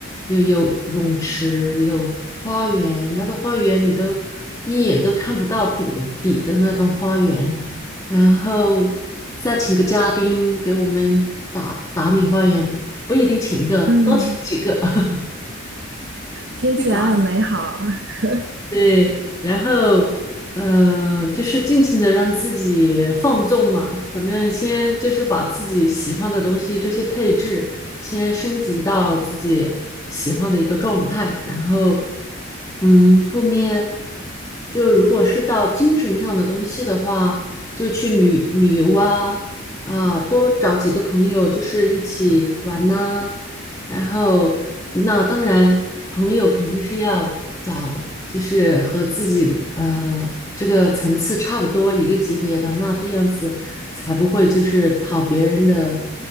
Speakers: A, on the left; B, on the right.
A: 有有泳池、有花园，那个花园你都一眼都看不到顶底的那种花园，然后再请个家丁给我们打打理花园，不一定请一个，
B: 嗯，
A: 多请几个 <laughs>
B: 听起来很美好。
A: 去打理。
B: <laughs>
A: 对，然后嗯，就是尽情的让自己放纵嘛，反正先就是把自己喜欢的东西这些配置先升级到自己喜欢的一个状态，然后嗯，后面就如果是到精神上的东西的话，就去旅旅游啊，啊、多找几个朋友就是一起玩呐、然后，那当然，朋友肯定是要找，就是和自己呃这个层次差不多一个级别的，那这样子才不会就是讨别人的